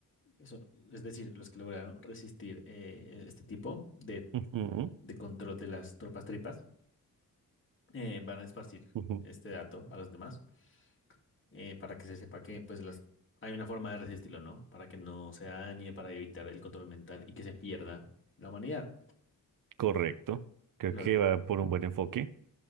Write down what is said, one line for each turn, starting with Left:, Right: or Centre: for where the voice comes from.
Left: Eso, es decir, los que lograron resistir eh, este tipo de,
Right: Ujú,
Left: de control de las tropas tripas eh, van a esparcir
Right: ujú.
Left: este dato a los demás eh, para que se sepa que pues las hay una forma de resistirlo, ¿no? Para que no se dañe, para evitar el control mental y que se pierda la humanidad.
Right: Correcto. Creo
Left: Claro,
Right: que va por un buen enfoque.